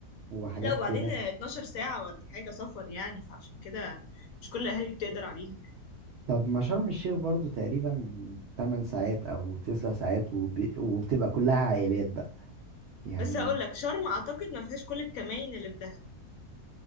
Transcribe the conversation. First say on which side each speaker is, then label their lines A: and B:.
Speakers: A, on the right; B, on the left.
A: وحاجات
B: لا وبعدين
A: كده
B: 12 ساعة ولا حاجة سفر يعني فعشان كده مش كل الأهالي بتقدر عليها يعني
A: طب ما شرم الشيخ برضو تقريبا 8 ساعات او 9 ساعات وب... وبتبقى كلها عائلات بقى يعني
B: بس هقول لك شرم أعتقد ما فيهاش كل الكمائن اللي في دهب